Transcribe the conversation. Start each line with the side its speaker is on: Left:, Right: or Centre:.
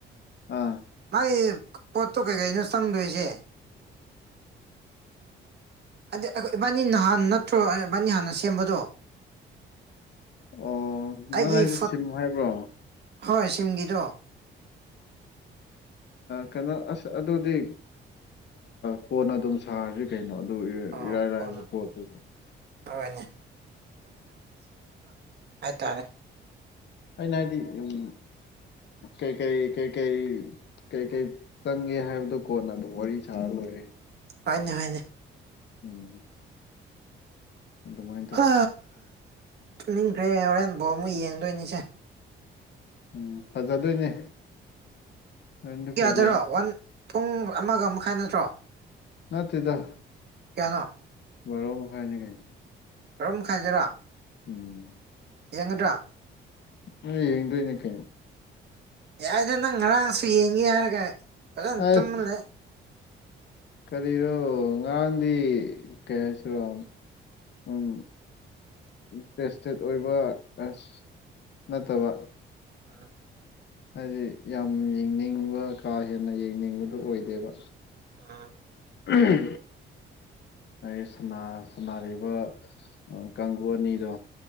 Left: ꯑꯥ
Right: ꯃꯥꯥꯏ ꯄꯣꯠꯇꯣ ꯀꯩꯀꯩꯅꯣ ꯆꯪꯗꯣꯏꯁꯦ ꯍꯥꯏꯗꯤ ꯏꯕꯥꯅꯤ ꯅꯍꯥꯟ ꯅꯠꯇ꯭ꯔꯣ ꯏꯕꯥꯅꯤ ꯍꯥꯟꯅ ꯁꯦꯝꯕꯗꯣ
Left: ꯑꯣ
Right: ꯑꯩꯒꯤ
Left: ꯅꯪ ꯍꯥꯏꯁꯦ
Right: ꯐꯨꯠ
Left: ꯁꯤꯃꯨ ꯍꯥꯏꯕ꯭ꯔꯣ
Right: ꯍꯣꯏ ꯁꯤꯝꯒꯤꯗꯣ
Left: ꯀꯩꯅꯣ ꯑꯁ ꯑꯗꯨꯗꯤ ꯀꯣꯟꯅ ꯑꯗꯨꯝ ꯁꯥꯔꯁꯤ ꯀꯩꯅꯣ ꯑꯗꯨ
Right: ꯑꯣ
Left: ꯏꯔꯥꯏ ꯂꯥꯏꯅ
Right: ꯀꯣꯟꯅ
Left: ꯄꯣꯠꯇꯣ
Right: ꯍꯣꯏꯅꯦ ꯍꯥꯏ ꯇꯥꯔꯦ
Left: ꯑꯩꯅꯗꯤ ꯎꯝ ꯎ ꯀꯩꯀꯩ ꯀꯩꯀꯩ ꯀꯩꯀꯩ ꯆꯪꯒꯦ ꯍꯥꯏꯕꯗꯨ ꯀꯣꯟꯅ ꯑꯗꯨ ꯋꯥꯔꯤ ꯁꯥꯂ ꯐꯔꯦ
Right: ꯍꯅꯦ ꯍꯅꯦ
Left: ꯎꯝ <unintelligible> <inaudible> ꯑꯗꯨꯃꯥꯏꯅ ꯇꯧꯁꯤ
Right: ꯍꯥ ꯅꯤꯡꯈ꯭ꯔꯦ ꯍꯣꯔꯦꯟ ꯕꯥꯎ ꯑꯃꯨꯛ ꯌꯦꯡꯗꯣꯏꯅꯤꯁꯦ
Left: ꯎꯝ ꯐꯖꯗꯣꯏꯅꯦ ꯅꯪꯗꯤ
Right: ꯌꯥꯗꯣꯏꯔꯣ
Left: ꯐꯖ
Right: ꯋꯥꯟ ꯄꯨꯡ ꯑꯃꯒ ꯃꯈꯥꯏ ꯅꯠꯇ꯭ꯔꯣ
Left: ꯅꯠꯇꯦꯗ
Right: ꯀꯌꯥꯅꯣ
Left: ꯚꯔꯣ ꯃꯈꯥꯏꯅꯤ ꯀꯩꯅꯩꯅ
Right: ꯀꯔꯝ ꯈꯥꯏꯖꯔꯥ
Left: ꯎꯝ <unintelligible> <inaudible>
Right: ꯍꯑꯦꯡ ꯒꯗꯔꯥ
Left: ꯎꯃꯝ ꯌꯡꯗꯣꯏ ꯅꯤ ꯀꯑꯩꯅꯣ
Right: ꯌꯥꯗꯅ ꯉꯔꯥꯡꯁꯨ ꯌꯦ ꯌꯥꯔꯒꯂ
Left: ꯑꯁ
Right: ꯇ ꯂꯩꯦ
Left: ꯀꯔꯤꯔꯣ ꯉꯔꯥꯡꯗꯤ ꯀꯩ ꯍꯥꯏꯁꯤꯔꯣ ꯎꯝ <inaudible> ꯄꯦꯁꯇꯦꯠ ꯑꯣꯏꯕ ꯑ ꯅꯠꯇꯕ
Right: ꯎꯝ <unintelligible> <inaudible>
Left: ꯍꯥꯏꯗꯤ ꯌꯥꯝ ꯌꯦꯡꯅꯤꯡꯕ ꯀꯥ ꯍꯦꯟꯅ ꯌꯦꯡꯅꯤꯡꯕꯗꯨꯣ ꯑꯣꯏꯗꯦꯕ
Right: ꯑꯥ
Left: ꯎꯝ ꯑꯩꯒꯤ ꯁꯅꯔꯤꯕ ꯀꯥꯡꯕꯨ ꯑꯅꯤꯗꯣ